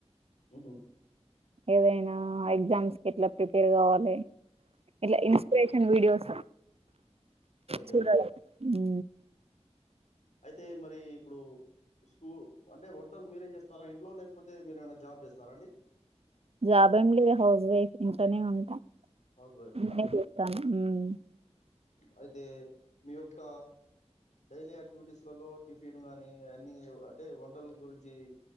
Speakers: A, on the left (about 85°); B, on the right (about 60°).
A: ఉఓహ
B: ఏవైనా ఎగ్జామ్స్ కి ఎట్లా ప్రిపేర్ కావల్ల ఇట్లా
A: హ్మ్.
B: Inspiration videos
A: okay.
B: చూడడం
A: ఓకే.
B: ఊ
A: అయితే మరి ఇప్పుడు స్కూ అంటే వంటలు మీరే చేస్తారా ఇంట్లో లేకపోతే మీరు ఏమైనా జాబ్ చేస్తారా అండి
B: జాబ్ ఏం లేదు హౌస్ వైఫ్ ఇంట్లోనే ఉంటా
A: హౌస్ వైఫ్ ఏనా
B: నేనే చేస్తాను మ్మ్
A: అయితే మీ యొక్క డైలీ యాక్టివిటీస్లలో టిఫిన్ కానీ అన్నీ అంటే వంటల గురించి